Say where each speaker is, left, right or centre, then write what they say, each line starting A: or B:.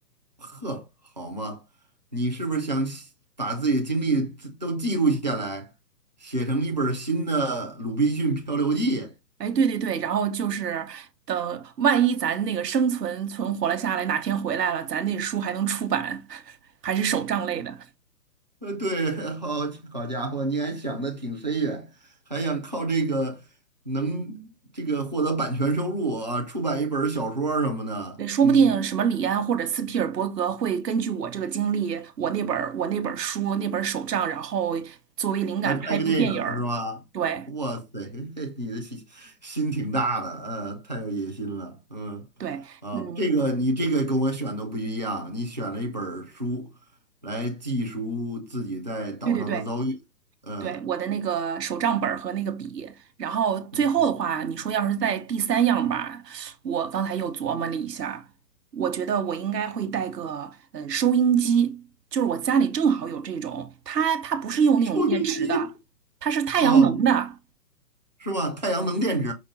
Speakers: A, on the right; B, on the right.
A: 呵，好嘛，你是不是想写把自己的经历都记录下来，写成一本儿新的《鲁滨逊漂流记》？
B: 哎，对对对，然后就是等万一咱那个生存存活了下来，哪天回来了，咱那书还能出版，<laughs> 还是手账类的。
A: 呃，对，好好家伙，你还想的挺深远，还想靠这个能这个获得版权收入啊，出版一本儿小说儿什么的，
B: 对说不定什么李安或者斯皮尔伯格会根据我这个经历，
A: 嗯，
B: 我那本儿我那本儿书那本儿手账，然后作为灵感拍部电影儿。
A: 来拍个电影儿是吧？
B: 对
A: 哇塞，嘿嘿你的心心挺大的，呃，太有野心了，嗯，
B: 对，
A: 啊，
B: 嗯，
A: 这个你这个跟我选的不一样，你选了一本儿书来记述自己在岛上的遭遇，
B: 对对对。
A: 呃，
B: 对，我的那个手账本儿和那个笔，然后最后的话，
A: 嗯，
B: 你说要是在第三样吧，我刚才又琢磨了一下儿我觉得我应该会带个呃收音机，就是我家里正好有这种，它它不是用那种电池的，
A: 收益低
B: 它是太阳能的，
A: 哦。是吧？太阳能电池，